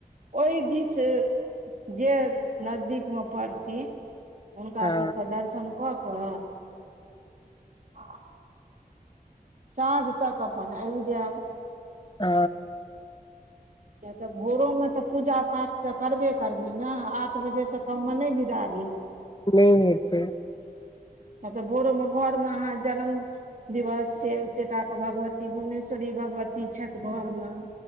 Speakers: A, on the right; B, on the left.
A: ओहि दिस जे नजदीक म पड़थिन हुनका
B: हँ
A: सबक दर्शन क क आ साँझ तक अपन आबि जैब
B: अ
A: किया त भोरो मे त पूजा पाठ त करबे करबै न आठ बजे से कममे नहि बिदा
B: नहि हेतै
A: त त भोरो मे घर मे अहाँ जन्म दिवस छै ओतेटा के भगवती भुवनेश्वरी भगवती छथि घर म